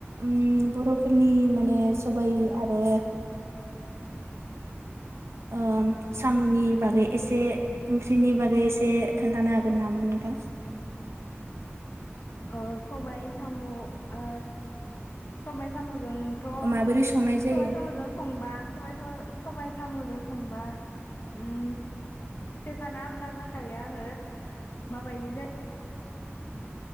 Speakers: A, on the right (about 70°); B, on the left (about 55°).
A: उम बर'फोरनि माने सबायाइ आरो उम साम'नि बागै एसे ओंख्रिनि बागै एसे खोनन्थानो हागोन नामा नोंथां?
B: अ सबाय सामु ओ सबाइ सामु जोंथ'
A: माबोरै संनाय जायो?
B: सबाय सामुजों संबा सबाय सामु सबाय सामुजों संबा उम तेसानो आलादा जाखायो आरो माबायदि जायो